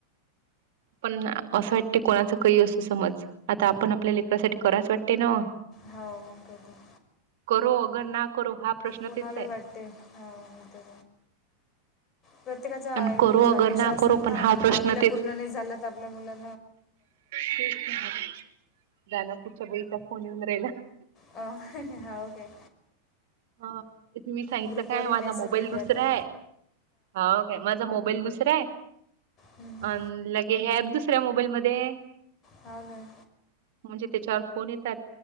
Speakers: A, on the right (about 55°); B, on the left (about 30°).
A: पण असं वाटते कोणाच काही असू समज आता आपण आपल्या लेकरासाठी करायच वाटते ना.
B: हो. मंग काय तर.
A: करो अगर ना करो हा प्रश्न
B: कुणाला
A: तेच आहे.
B: वाटते हो मी तर प्रत्येकाच्या
A: आणि
B: आईवडल्याच्या
A: करू अगर
B: अपेक्षा असतात
A: करू
B: ना
A: पण हा प्रश्न
B: आपल्या पूर्ण नाही झालंत आपल्या मुला --
A: तेच नाही दना पुढच्या बईचा फोन येऊन राहिला.
B: अ होय काय.
A: ह इथे मी सांगितलं
B: ग्रुपवरही
A: काय माझा
B: मेसेज
A: मोबाईल
B: आले
A: दुसरा
B: आता
A: हाय. हा माझा मोबाईल दुसरा हाय.
B: हम् ह.
A: पण लगे हे अँप दुसऱ्या मोबाईलमध्ये हाय.
B: हावना.
A: म्हणजे त्याच्यावर फोन येतात.